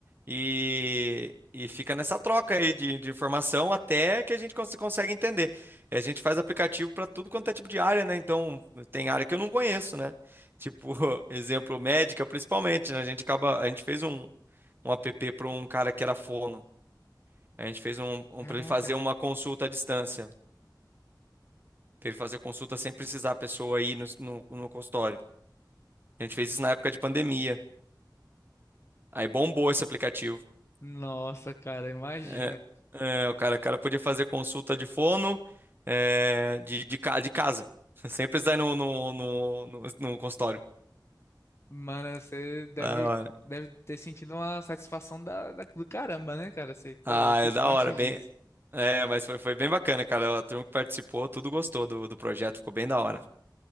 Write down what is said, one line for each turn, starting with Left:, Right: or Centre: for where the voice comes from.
Right: E, e fica nessa troca aí de, de informação até que a gente cons- consegue entender. E A gente faz aplicativo para tudo quanto é tipo de área, né? Então, tem área que eu não conheço, né? Tipo, <laughs> exemplo, médica, principalmente, né? A gente acaba, a gente fez um, um app para um cara que era fono. A gente fez um, um
Left: caraca.
Right: para ele fazer uma consulta à distância. que ele fazia consulta sem precisar a pessoa ir no, no, no consultório. A gente fez isso na época de pandemia. Aí bombou esse aplicativo.
Left: Nossa, cara, imagina.
Right: É, é, o cara, o cara podia fazer consulta de fono, é, de, de, ca- de casa, <laughs> sem precisar ir no, no, no, no, no consultório.
Left: Mano, você deve,
Right: Da hora.
Left: deve ter sentido uma satisfação da, da- do caramba, né, cara? Você,
Right: Ah,
Left: pô, eu fiz
Right: é da
Left: parte
Right: hora, bem.
Left: disso.
Right: É, mas foi, foi bem bacana, cara. A turma que participou, tudo gostou do, do projeto, ficou bem da hora.